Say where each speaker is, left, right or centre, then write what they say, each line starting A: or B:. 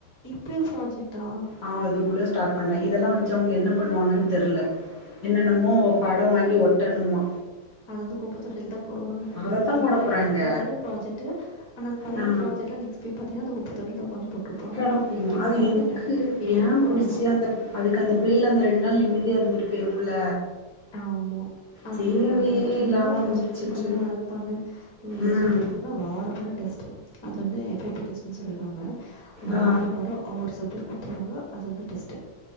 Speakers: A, on the left; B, on the left.
A: இப்பயே ப்ராஜெக்ட்டா
B: அ அதுக்குள்ளே ஸ்டார்ட் பண்ட்டாங் இதெல்லா வச்சு அவுங்க என்ன பண்ணுவாங்கன் தெர்ல என்னென்னமோ படொ வாங்கி ஒட்டணுமா
A: அத வந்து குப்ப தொட்டில தா போடுவாங்க
B: அதத்தா
A: எ <unintelligible>
B: போட போறாங்க
A: எப்பாதாலு ப்ராஜெக்ட்டு ஆனா அத பாத்திங்கன்னா
B: ஆ
A: ப்ராஜெக்ட்ல நெக்ஸ் போய் பாத்திங்கன்னா அந்த குப்ப தொட்டில் தா <unintelligible> போட்ருப்பாங்க
B: கெடக்கு
A: எங்கேயு
B: அது
A: வந் பண்ணமாட்டாங்க
B: எதுக்கு
A: எதுக்கு
B: ஏ
A: பண்ணனு
B: புடிச்சு அந்த அதுக்கு அந்த பிள்ளைல அந்த ரெண்டு நாள் நிம்மதியா இருந்துட்டு போயிரும்ல
A: ஆமா அனா அப்டி
B: தேவையே
A: விட மாட்டாங்க சும்மா
B: இல்லாம
A: ப்ராஜெக்ட்
B: முடிச்சுட்டு
A: பண்ணு அத பண்ணு எ
B: ம்
A: பாப்பாக்னா வரொ வரொ டெஸ்ட்டு அது வந்து எஃப் எஃப் பி டெஸ்டுன் சொல்லிருவாங்க வாரொ
B: ஆ
A: வாரொ அவுங்க ஒரு சப்ஜெக்ட் குடுத்துருவாங்க அது வந்த டெஸ்ட்டு